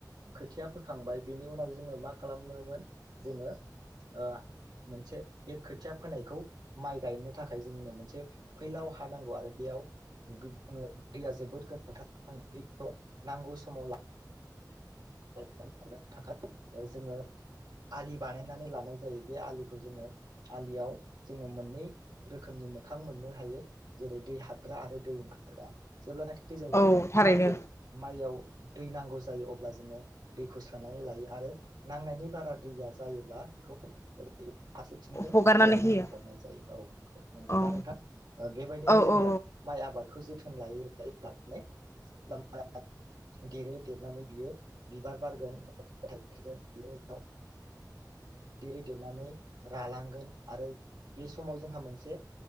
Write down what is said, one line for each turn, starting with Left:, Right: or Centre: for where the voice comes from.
Right: खोथिया फोखांबाय बिनि उनाव जोङो मा खालामोमोन जोङो ओ मोनसे बे खोथिया फोनायखौ माइ गायनो थाखाय जोंनो मोनसे फैलाव हा नांगौ आरो बेयाव गोगो दैया जोबोद गोनांथारखौ नांगौ समाव <unintelligible> थाखाय जोङो आलि बा बानायनानै लानाय जायो बे आखौ जोङो आलियाव जोङो मोननै रोखोमनि मोखां मोननो हायो जेरै दै हाबग्रा आरो दै ओंखारग्रा। जेब्लानाखि जोङनो
Left: औ थारैनो
Right: माइ माइयाव दै नांगौ जायो अब्ला जोङो दैखौ सोनानै लायो आरो नांनायनि बारा दैया जायोब्ला बेखौ फारसेथिंजों
Left: हगारनानै
Right: बलायनानै
Left: होयो
Right: हरनाय जायो औ नों नंगौनाा
Left: औ
Right: नोंथां बेबायदिनो
Left: औ
Right: जोङो
Left: औ
Right: माइ आबादखौ जथ लाय <unintelligible> देरो देरनानै बियो बिबार बारगोन <unintelligible> बिनि उनाव देरै देरनानै रालांगोन आरो बे समाव जोंहा मोनसे